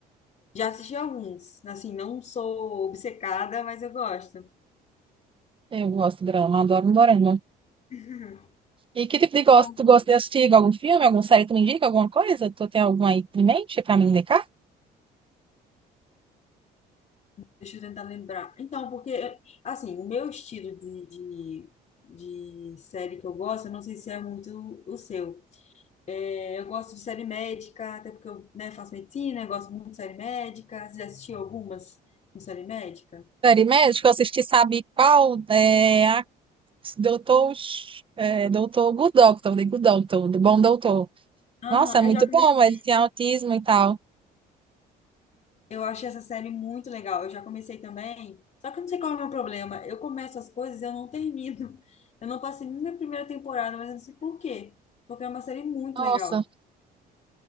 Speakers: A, on the left (about 45°); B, on the right (about 30°).
A: Já assisti alguns. Assim, não sou obcecada, mas eu gosto.
B: Eu gosto de dorama, adoro um dorama.
A: <laughs>
B: E que tipo de gosto?
A: Qual
B: Tu
A: que-
B: gosta
A: é?
B: de assistir algum filme, alguma série? Tu me indica alguma coisa? Tu tem alguma aí em mente pra me indicar?
A: Deixa eu tentar lembrar. Então, porque, assim, o meu estilo de, de, de série que eu gosto, eu não sei se é muito o seu. É, Eu gosto de série médica, até porque eu, né, faço medicina, eu gosto muito de série médica. Você já assistiu algumas com série médica?
B: Série médica, que eu assisti, sabe qual? É a Doutor, é, Doutor Good Doctor, The Good Doctor, do Bom Doutor.
A: Aham,
B: Nossa, é muito
A: eu já comecei.
B: bom, ele tem autismo e tal.
A: Eu achei essa série muito legal. Eu já comecei também, só que eu não sei qual é o meu problema. Eu começo as coisas e eu não termino. <laughs> Eu não passei nem na primeira temporada, mas eu não sei por quê. Porque é uma série muito
B: Nossa,
A: legal.